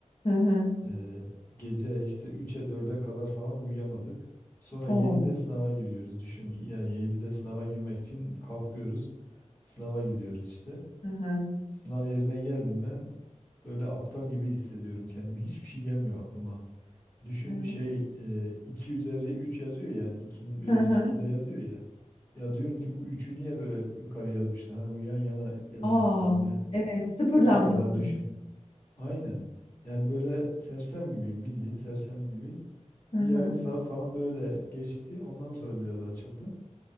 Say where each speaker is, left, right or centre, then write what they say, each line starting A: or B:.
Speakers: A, on the left; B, on the left.
A: Hı hı.
B: E, gece işte üç'e dörde kadar falan uyuyamadık. Sonra
A: O.
B: yedi'de sınava giriyoruz. Düşün yani yedi'de sınava girmek için kalkıyoruz. Sınava gidiyoruz işte.
A: Hı hı.
B: Sınav yerine geldim ben. Böyle aptal gibi hissediyorum kendimi. Hiçbir şey gelmiyor aklıma. Düşün
A: Evet.
B: şey e, iki üzeri üç yazıyor yani ikinin biraz
A: Hı hı.
B: üstünde yazıyor ya. Ya diyorum ki bu üçü niye böyle yukarı yazmışlar? Hani bu yan yana gelmesi
A: Aa,
B: lazım yani.
A: evet sıfırlanmışsın.
B: O kadar ha düşün. Aynen. Yani böyle sersem gibiyim bildiğin sersem gibi.
A: Hı hı.
B: Bir yarım saat falan böyle geçti. Ondan sonra biraz açıldı.